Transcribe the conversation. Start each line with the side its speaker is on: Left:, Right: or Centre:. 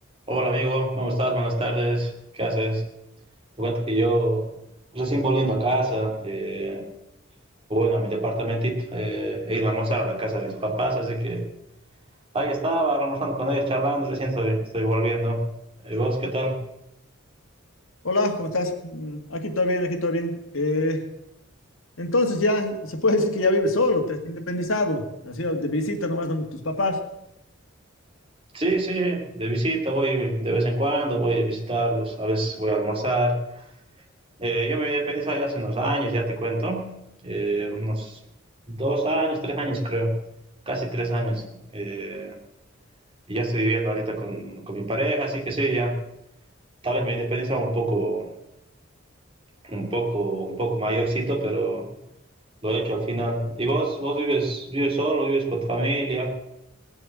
Right: Hola amigo, ¿cómo estás? Buenas tardes, ¿qué haces? Te cuento que yo recién volviendo a casa, eh, o bueno, a mi departamentito, eh, he ido a almorzar a la casa de mis papás, así que ahí estaba almorzando con ellos, charlando, recién estoy, estoy volviendo. ¿Y vos qué tal?
Left: Hola, ¿cómo estás? Mm, Aquí todo bien, aquí todo bien. Eh, entonces ya se puede decir que ya vives solo, te has independizado, te has ido de visita nomás donde tus papás.
Right: Sí, sí, de visita voy de vez en cuando, voy a visitarlos, a veces voy a almorzar. Eh, yo me independicé ya hace unos años, ya te cuento, eh, unos dos años, tres años creo, casi tres años. Eh, Y ya estoy viviendo ahorita con, con mi pareja, así que sí, ya. Tal vez me independizaba un poco, un poco, un poco mayorcito, pero lo he hecho al final. ¿Y vos, vos vives, vives solo, vives con tu familia?